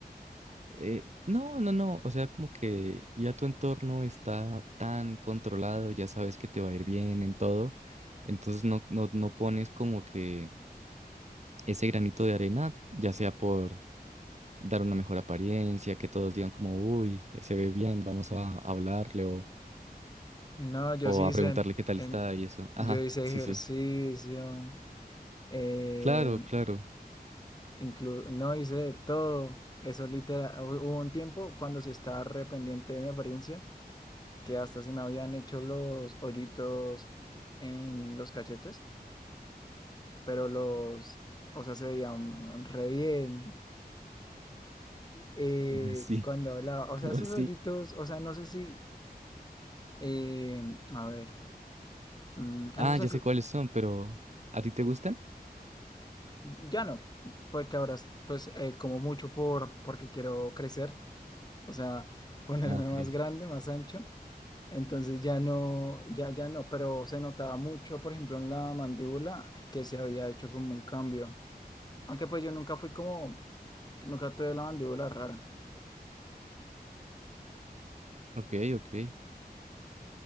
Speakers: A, on the right; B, on the left.
A: Eh, no, no, no, o sea, como que ya tu entorno está tan controlado, ya sabes que te va a ir bien en todo, entonces no, no, no pones como que ese granito de arena, ya sea por dar una mejor apariencia, que todos digan como, uy, se ve bien, vamos a hablarle o,
B: No, yo
A: o
B: sí
A: a
B: hice,
A: preguntarle
B: en-
A: qué tal
B: en-
A: está y eso.
B: yo
A: Ajá,
B: hice
A: sí,
B: ejercicio,
A: sí.
B: eh,
A: Claro, claro.
B: inclu- no hice de todo. Eso literal, hu- hubo un tiempo cuando sí estaba re pendiente de mi apariencia, que hasta se me habían hecho los hoyitos en los cachetes, pero los, o sea, se veían re bien. Eh,
A: ¿Cómo así?
B: cuando hablaba, o
A: ¿Cómo
B: sea, esos
A: así?
B: hoyitos, o sea, no sé si, eh, a ver, mm,
A: Ah,
B: esos,
A: ya sé cuáles son, pero ¿a ti te gustan?
B: Ya no, porque ahora pues eh, como mucho por porque quiero crecer, o sea, <laughs> ponerme
A: Ah, ok.
B: más grande, más ancho. Entonces ya no, ya ya no, pero se notaba mucho, por ejemplo, en la mandíbula que se había hecho como un cambio. Aunque pues yo nunca fui como, nunca tuve la mandíbula rara.
A: Ok, ok.